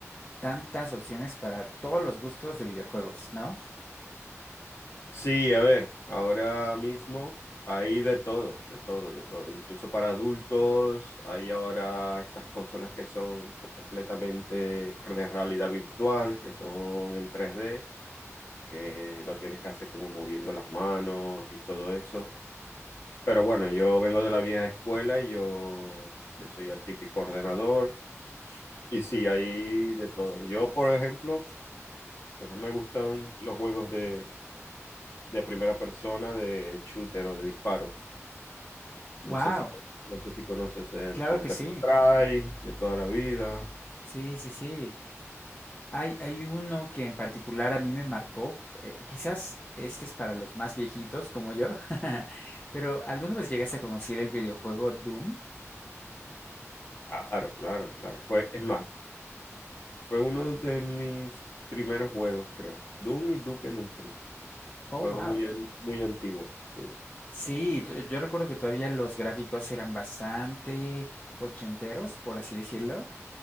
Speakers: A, on the left; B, on the left.
A: tantas opciones para todos los gustos de videojuegos, ¿no?
B: Sí, a ver, ahora mismo hay de todo, de todo, de todo. Incluso para adultos hay ahora estas consolas que son completamente de realidad virtual, que son en tres d que lo tienes que hacer como moviendo las manos y todo eso. Pero bueno, yo vengo de la vieja escuela y yo, yo soy el típico ordenador. Y sí, hay de todo. Yo, por ejemplo, Pero me gustan los juegos de, de primera persona, de shooter o de disparo.
A: Wow,
B: No sé si, no sé si conoces el
A: claro
B: Counter-Strike
A: que sí.
B: de toda la vida.
A: Sí, sí, sí. Hay, hay uno que en particular a mí me marcó. eh, quizás este es para los más viejitos como yo, <laughs> pero ¿alguna vez llegaste a conocer el videojuego Doom?
B: Claro, claro, claro. Fue, es más, fue uno de mis primeros juegos, creo. Doom y Duke Nukem.
A: Oh,
B: Juegos
A: wow.
B: muy, an- muy antiguos, sí.
A: Sí, t- yo recuerdo que todavía los gráficos eran bastante ochenteros, por así decirlo,